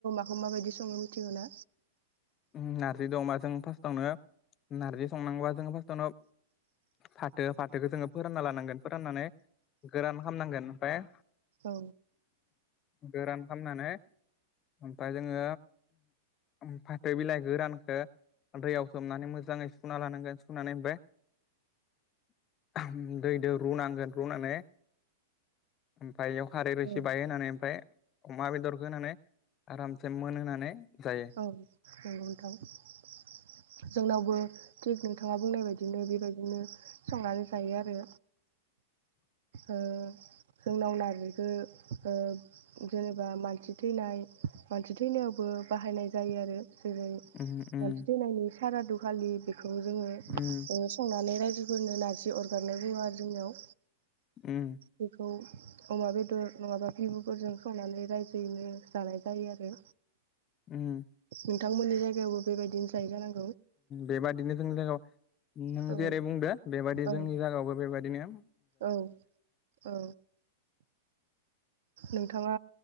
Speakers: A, on the right (about 75°); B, on the left (about 30°).
A: बेखौ माबायदि संनो मिथिगौ ना?
B: उम नार्जि दो अमाजों फार्स्टआवनो नार्जि संनांगोबा जों फार्स्टआवनो फाथो फाथोखौ जोङो फोरानना लानांगोन फोराननानै गोरान खामनांगोन ओमफाय
A: औ
B: गोरान खामनानै ओमफाय जोङो ओमफाय- ऐ बिलाइ गोरानखो दैयाव सोमनानै मोजाङै सुना लानांगोन सुनानै ओमफ्राय - दैजों रुनांगोन रुनानै ओमफाय बेयाव खारै रोसि
A: औ
B: बाय होनानै ओमफाय अमा बेदरखो होनानै आरामसे मोनहोनानै जायो।
A: औ नंगौ नोंथां जोंनावबो थिग नोंथाङा बुंनाय बायदिनो बेबायदिनो संनानै जायो आरो
B: <inaudible>
A: ओ जोंनाव नारजिखो ओ जेनेबा मानसि थैनाय मानसि थैनायावबो बाहायनाय जायो आरो जेरै- मानसि
B: उम उम
A: थैनायनि सारादु खाालि बे बेखौ जोङो ओ
B: उम
A: संनानै रायजोफोरनो नारजि अरगारनाय बुङ आरो जोंनियाव
B: उम
A: बेखौ- अमा बेदर नङाबा बिबुफोरजों संनानै रायजोयैनो जानाय जायो आरो।
B: उम
A: नोंथांमोननि जायगायावबो बेबायदिनो जायो जानांगौ।
B: बेबादिनो जोंनि जागायाव नों
A: औ
B: जेरै- बुंदो बेबायदि
A: औ
B: जोंनि जायगायावबो बेबायदिनो।
A: औ औ नोंथाङा